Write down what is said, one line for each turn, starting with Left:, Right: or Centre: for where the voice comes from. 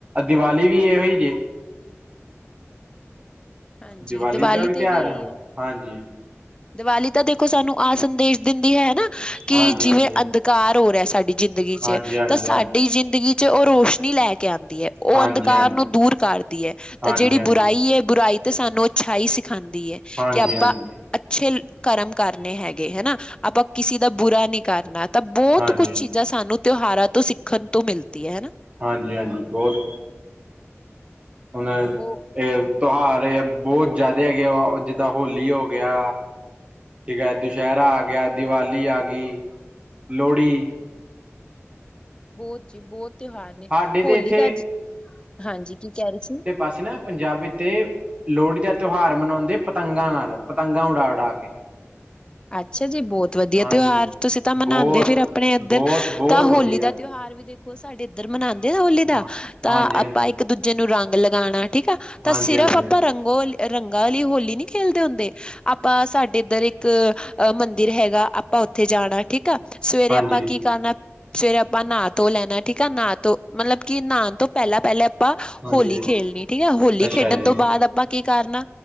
Right: ਦੀਵਾਲੀ ਵੀ ਇਹੋ ਹੀ ਜੇ।।
Left: ਹਾਂਜੀ
Right: ਦੀਵਾਲੀ ਦਾ ਵੀ ਤਿਉਹਾਰ
Left: ਤੇ ਇਹੀ
Right: ਐ
Left: ਹੈ
Right: ਹਾਂਜੀ।
Left: ਦੀਵਾਲੀ ਤਾਂ ਦੇਖੋ ਸਾਨੂੰ ਆ ਸੰਦੇਸ਼ ਦਿੰਦੀ ਐ ਹਨਾ। ਕਿ
Right: ਹਾਂਜੀ
Left: ਜਿਵੇਂ
Right: ਹਾਂਜੀ
Left: ਅੰਧਕਾਰ ਹੋ ਰਿਹਾ ਸਾਡੀ ਜ਼ਿੰਦਗੀ ਚ
Right: ਹਾਂਜੀ ਹਾਂਜੀ
Left: ਤਾਂ ਸਾਡੀ ਜ਼ਿੰਦਗੀ ਚ। ' ਉਹ ਰੋਸ਼ਨੀ ਲੈ ਕੇ ਆਉਂਦੀ ਹੈ।
Right: ਹਾਂਜੀ
Left: ਉਹ ਅੰਧਕਾਰ
Right: ਹਾਂਜੀ ਹਾਂਜੀ
Left: ਨੂੰ ਦੂਰ ਕਰਦੀ ਹੈ ਤਾਂ
Right: ਹਾਂਜੀ
Left: ਜਿਹੜੀ
Right: ਹਾਂਜੀ
Left: ਬੁਰਾਈ
Right: ਹਾਂਜੀ
Left: ਹੈ ਬੁਰਾਈ ਤੇ ਸਾਨੂੰ ਅੱਛਾਈ ਸਿਖਾਉਂਦੀ ਹੈ
Right: ਹਾਂਜੀ
Left: ਕਿ ਆਪਾਂ
Right: ਹਾਂਜੀ ਹਾਂਜੀ
Left: ਅੱਛੇ ਕਰਮ ਕਰਨੇ ਹੈਗੇ। ਹਨਾ ਆਪਾਂ ਕਿਸੇ ਦਾ ਬੁਰਾ ਨੀ ਕਰਨਾ ਤਾਂ ਬਹੁਤ
Right: ਹਾਂਜੀ
Left: ਕੁਛ ਚੀ ਜਾਂ ਸਾਨੂੰ ਤਿਉਹਾਰਾਂ ਤੋਂ ਸਿੱਖਣ ਤੋਂ ਮਿਲਦੀ ਐ ਹਨਾ।
Right: ਹਾਂਜੀ ਹਾਂਜੀ, ਬਹੁਤ। ਹੁਣ
Left: ਉਹ
Right: ਇਹ ਤਿਉਹਾਰ ਬਹੁਤ ਜ਼ਿਆਦਾ ਹੈਗੇ ਜਿੱਦਾਂ ਹੋਲੀ ਹੋ ਗਿਆ। ਠੀਕ ਐ ਦੁਸਹਿਰਾ ਆ ਗਿਆ ਦੀਵਾਲੀ ਆ ਗਈ ਲੋਹੜੀ।
Left: ਬਹੁਤ ਜੀ ਬਹੁਤ ਤਿਉਹਾਰ ਨੇ
Right: ਸਾਡੇ
Left: ਹੋਲੀ
Right: ਤੇ ਇੱਥੇ
Left: ਦਾ ਅ ਹਾਂਜੀ ਕੀ ਕਹਿ ਰਹੇ ਸੀ।
Right: ਅਸੀਂ ਨਾ ਪੰਜਾਬ ਤੇ ਲੋਹੜੀ ਦਾ ਤਿਉਹਾਰ ਮਨਾਦੇ ਪਤੰਗਾਂ ਨਾਲ ਪਤੰਗਾਂ ਉਡਾ-ਉਡਾ ਕੇ,
Left: ਅੱਛਾ ਜੀ, ਬਹੁਤ ਵਧੀਆ,
Right: ਹਾਂਜੀ
Left: ਤਿਉਹਾਰ ਤੁਸੀਂ ਤਾਂ ਮਨਾਦੇ
Right: ਬਹੁਤ
Left: ਫਿਰ ਆਪਣੇ ਇੱਧਰ
Right: ਬਹੁਤ ਬਹੁਤ
Left: ਤਾਂ ਹੋਲੀ
Right: ਵਧੀਆ
Left: ਦਾ ਤਿਉਹਾਰ ਵੀ ਦੇਖ ਸਾਡੇ ਇੱਧਰ ਮਨਾਦੇ ਨਾ ਹੋਲੀ ਦਾ
Right: ਹਾਂ
Left: ਤਾਂ
Right: ਹਾਂਜੀ ਹਾਂਜੀ
Left: ਆਪਾਂ ਇੱਕ ਦੂਜੇ ਨੂੰ ਰੰਗ ਲਗਾਣਾ। ਠੀਕ ਆ ਤਾਂ
Right: ਹਾਂਜੀ
Left: ਸਿਰਫ ਆਪਾਂ
Right: ਹਾਂਜੀ
Left: ਰੰਗੋ ਰੰਗਾਂ ਵਾਲੀ ਹੋਲੀ ਨੀ ਖੇਲਦੇ ਹੁੰਦੇ। ਆਪਾਂ ਸਾਡੇ ਇੱਧਰ ਇੱਕ, ਮੰਦਿਰ ਹੈਗਾ, ਆਪਾਂ ਉੱਥੇ ਜਾਣਾ ਠੀਕ ਆ ਸਵੇਰੇ
Right: ਹਾਂਜੀ
Left: ਆਪਾਂ
Right: ਹਾਂਜੀ
Left: ਕੀ ਕਰਨਾ। ਫੇਰ ਆਪਾਂ ਨਹਾ ਧੋ ਲੈਣਾ ਠੀਕ ਆ ਨਹਾ ਧੋ ਮਤਲਬ, ਕਿ ਨਹਾ ਤੋਂ ਪਹਿਲਾਂ-ਪਹਿਲਾਂ। ਆਪਾਂ
Right: ਹਾਂਜੀ
Left: ਹੋਲੀ ਖੇਡਣੀ ਠੀਕ ਐ, ਹੋਲੀ
Right: ਅੱਛਾ
Left: ਖੇਡਣ
Right: ਜੀ
Left: ਤੋਂ ਬਾਅਦ ਆਪਾਂ ਕੀ ਕਰਨਾ